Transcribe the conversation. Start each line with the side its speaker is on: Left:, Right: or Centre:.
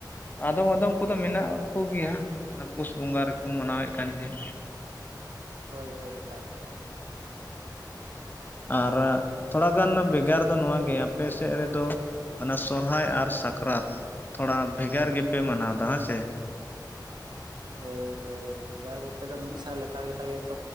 Left: ᱟᱫᱚᱢ ᱟᱫᱚᱢ ᱠᱚᱫᱚ ᱢᱮᱱᱟᱜ ᱠᱚᱜᱮᱭᱟ ᱚᱱᱟ ᱯᱩᱥ ᱵᱚᱸᱜᱟ ᱨᱮᱠᱚ ᱢᱟᱱᱟᱣᱮᱫ ᱠᱟᱱ ᱜᱮᱭᱟ᱾
Right: ᱦᱳᱭ ᱦᱳᱭ ᱮᱠᱟᱞ᱾
Left: ᱟᱨ ᱛᱷᱚᱲᱟᱜᱟᱱ ᱵᱷᱮᱜᱟᱨ ᱫᱚ ᱱᱚᱣᱟ ᱜᱮ ᱟᱯᱮ ᱥᱮᱫ ᱨᱮᱫᱚ ᱚᱱᱟ ᱥᱚᱨᱦᱟᱭ ᱟᱨ ᱥᱟᱠᱨᱟᱛ ᱛᱷᱚᱲᱟ ᱵᱷᱮᱜᱟᱨ ᱜᱮᱯᱮ ᱢᱟᱱᱟᱣᱫᱟ ᱦᱮᱸ ᱥᱮ?
Right: ᱦᱳᱭ ᱦᱳᱭ ᱵᱷᱮᱜᱟᱨ ᱵᱚᱞᱛᱮ ᱫᱚ ᱢᱤᱫ ᱥᱟ ᱞᱮᱛᱟᱲ ᱜᱮᱛᱟᱞᱮᱭᱟ ᱛᱚ᱾